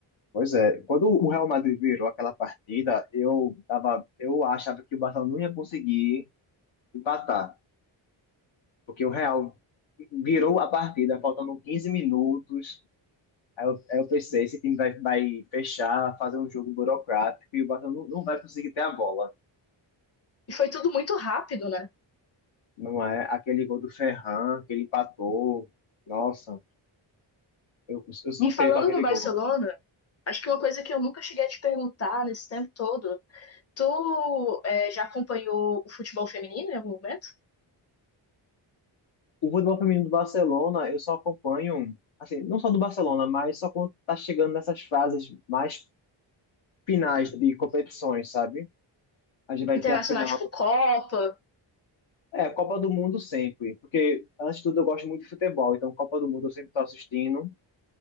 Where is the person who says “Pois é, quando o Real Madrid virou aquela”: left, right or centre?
Left